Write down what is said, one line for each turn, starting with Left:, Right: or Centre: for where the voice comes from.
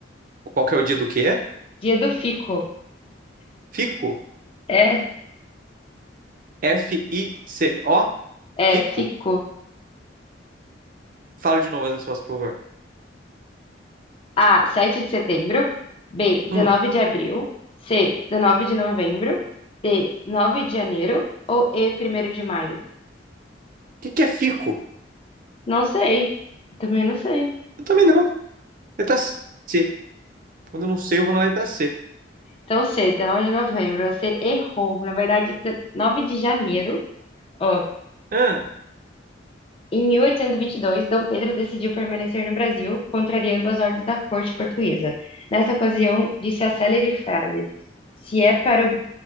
Right: Qual que é o dia do quê?
Left: Dia do Fico.
Right: Fico.
Left: É,
Right: F-I-C-O.
Left: É,
Right: Fico.
Left: fico.
Right: Fala de novo as respostas, por favor.
Left: A, 7 de setembro. B, 19
Right: Hum. O
Left: de abril. C, 19 de novembro. D, 9 de janeiro. Ou E, primeiro de maio.
Right: que, que é fico?
Left: Não sei. Também não sei.
Right: Eu também não. Letra C. Quando eu não sei, eu vou na letra C.
Left: Tão cedo, 9 de novembro, você errou. Na verdade, 9 de janeiro, ó.
Right: Ah.
Left: Em 1822, Dom Pedro decidiu permanecer no Brasil, contrariando as ordens da corte portuguesa. Nessa ocasião, disse a célere frase: Se é para o